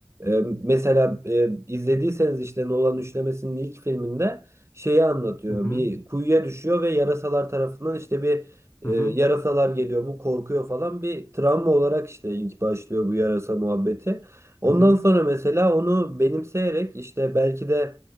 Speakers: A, on the right; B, on the left.
A: e, mesela e, izlediyseniz işte Nolan üçlemesinin ilk filminde şeyi anlatıyor
B: Hı hı.
A: bir kuyuya düşüyor ve yarasalar tarafından işte bir e,
B: Hı hı.
A: yarasalar geliyor bu korkuyor falan bir travma olarak işte ilk başlıyor bu yarasa muhabbeti. Ondan
B: Hı hı.
A: sonra mesela onu benimseyerek işte belki de